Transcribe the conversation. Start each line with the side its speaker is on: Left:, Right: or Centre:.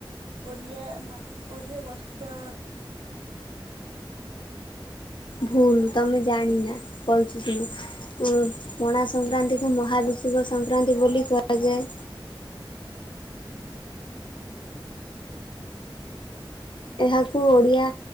Right: ଓଡ଼ିଆ ମାସ ଓଡିଆ ବର୍ଷ
Left: ଭୁଲ୍, ତମେ ଜାଣି ନା। କହୁଛି ଶୁଣ। ଉଁ ପଣା ସଂକ୍ରାନ୍ତିକୁ ମହାବିଶୁବ ସଂକ୍ରାନ୍ତି ବୋଲି କୁହାଯାଏ। ଏହାକୁ ଓଡ଼ିଆ